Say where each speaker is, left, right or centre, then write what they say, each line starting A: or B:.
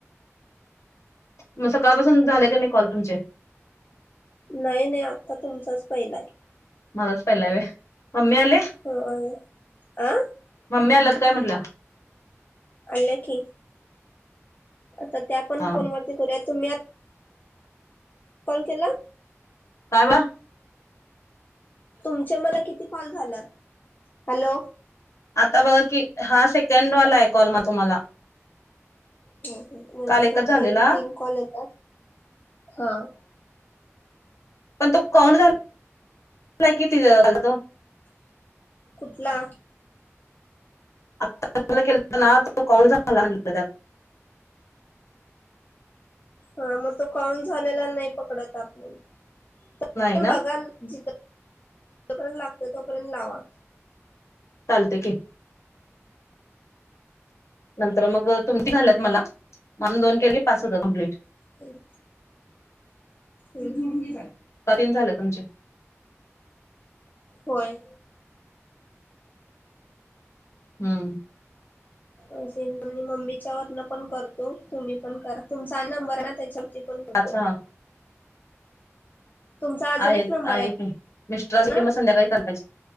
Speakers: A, on the left (about 70°); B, on the left (about 35°).
A: म सकाळपासून झालं का नाही कॉल तुमचे
B: नाही नाही आत्ता तुमचाच पहिलाय
A: मालाच पहिला व मम्मी आले
B: ह अ
A: मम्मी आला तर काय म्हटलं
B: अला की आता त्या पण
A: हा.
B: फोनवररती करूया तुम्ही कॉल केला
A: कायला
B: तुमचे मला किती कॉल झाला हॅलो
A: आता बघ की हा सेकंडवाला आहे कॉल म तुम्हाला
B: ह म्हणजे
A: काल एकच
B: तुमचे
A: झालेला.
B: अजून तीन कॉल येतात हा
A: पण तो कोण झाला किती झाल तो
B: कुठला
A: आला के ना तो कोण झा आण त्या
B: हा मग तो कान झालेला नाही पकडत आपण
A: नाही ना
B: बघा ज जोपर्यंत लागत तोपर्यंत लावा
A: चालते क नंतर मग तुमती झाल्यात मला म्हणून दोन केली पाच होत कंप्लीट
B: होम जोडून घे
A: कठीण झालं तुमचे
B: होय
A: हम्म
B: अस म्हणजे मम्मीच्या वरन पण करतो तुम्ही पण करा तुमचा नंबर ना त्याच्या पण करतो
A: पाच हा
B: तुमचा अजून
A: आहेत
B: एक नंबर
A: आहे की मिस्टरसाठी
B: ना
A: कि म संध्याकाळी चाल पाहिजे